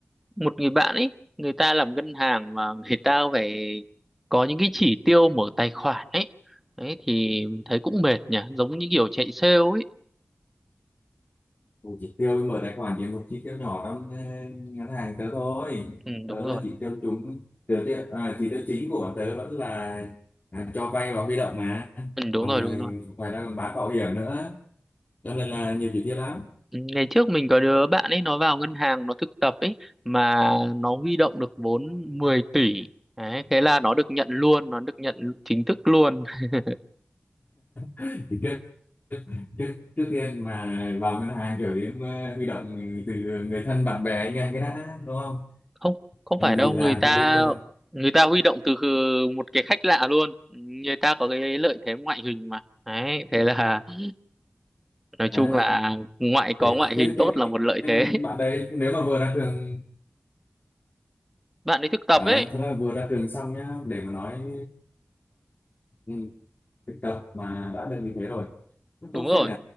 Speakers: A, in the centre; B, on the left (about 45°).
A: một người bạn ấy, người ta làm ngân hàng mà người ta phải có những cái chỉ tiêu mở tài khoản ấy. Đấy thì mình thấy cũng mệt nhỉ, giống như kiểu chạy sale ấy.
B: Một chỉ tiêu mở tài khoản chỉ một chỉ tiêu nhỏ trong ờ, ngân hàng tớ thôi.
A: Ừ,
B: Tớ
A: đúng rồi,
B: là chỉ tiêu chúng, tớ, tiêu- à, chỉ tiêu chính của bọn tớ vẫn là à, cho vay và huy động mà.
A: ừ, đúng
B: Còn
A: rồi,
B: ờ,
A: đúng rồi.
B: ngoài ra còn bán bảo hiểm nữa, cho nên là nhiều chỉ tiêu lắm.
A: Ừ, Ngày trước mình có đứa bạn ấy nó vào ngân hàng nó thực tập ấy mà nó huy động được vốn 10 tỷ. Đấy, thế là nó được nhận luôn, nó được nhận chính thức luôn. <laughs>
B: <laughs> trước trước tiên mà vào ngân hàng kiểu đến ờ, huy động từ người thân bạn bè anh em cái đã đúng không
A: không không
B: làm
A: phải
B: gì
A: đâu
B: thì làm
A: người ta
B: với bên ngân hàng
A: người ta huy động từ khừ- một cái khách lạ luôn người ta có cái lợi thế ngoại hình mà đấy thế là <laughs> nói
B: à
A: chung là ngoại có
B: thế,
A: ngoại hình
B: thế cái
A: tốt là một lợi
B: ờ,
A: thế
B: bạn đấy
A: <laughs>
B: nếu mà vừa ra trường
A: bạn ấy thực tập
B: ờ,
A: ấy
B: thật ra vừa ra trường xong nhá để mà nói ừ, thực tập mà đã được như thế rồi Cũng
A: đúng
B: tốt
A: rồi
B: phết nhỉ